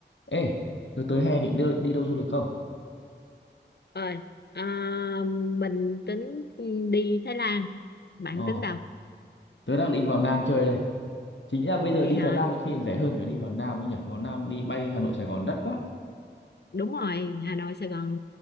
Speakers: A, on the left (about 80°); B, on the left (about 60°).
A: Ê, tớ tới hè định đưa, đi đâu du lịch không?
B: ơi à, mình tính đi Thái Lan bạn
A: Ờ,
B: tính đâu
A: tớ đang định vào Nam chơi đây. Chính ra bây
B: vậy
A: giờ đi
B: hả
A: Thái Lan có khi rẻ hơn cả đi vào Nam ấy nhỉ? Vào Nam đi bay Hà Nội Sài Gòn đắt quá.
B: đúng rồi Hà Nội Sài Gòn